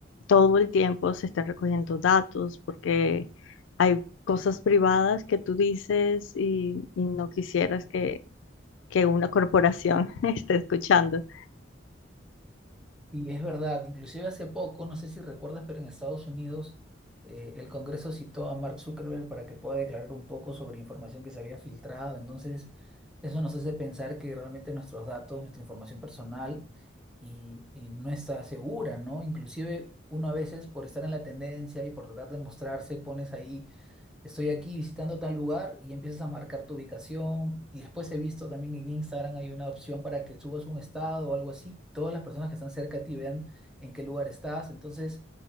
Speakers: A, on the left (about 75°); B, in the centre.
A: todo el tiempo se esté recogiendo datos porque hay cosas privadas que tú dices y, y no quisieras que, que una corporación <laughs> esté escuchando.
B: Y es verdad, inclusive hace poco, no sé si recuerdas, pero en Estados Unidos eh, el Congreso citó a Mark Zuckerberg para que pueda declarar un poco sobre información que se había filtrado. Entonces, eso nos hace pensar que realmente nuestros datos, nuestra información personal y, y no está segura, ¿no? Inclusive uno a veces por estar en la tendencia y por tratar de mostrarse, pones ahí estoy aquí visitando tal lugar y empiezas a marcar tu ubicación. Y después he visto también en Instagram hay una opción para que subas un estado o algo así. y todas las personas que están cerca de ti vean en qué lugar estás. Entonces